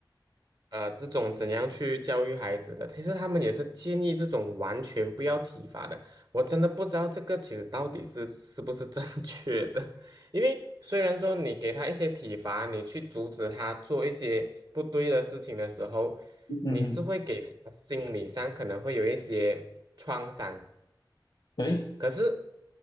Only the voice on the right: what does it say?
呃，这种怎样去教育孩子的？其实他们也是建议这种完全不要体罚的。我真的不知道这个其实到底是是不是正 <laughs> 确的，因为虽然说你给他一些体罚，你去阻止他做一些不对的事情的时候，
你是会给他心理上可能会有一些创伤。
可是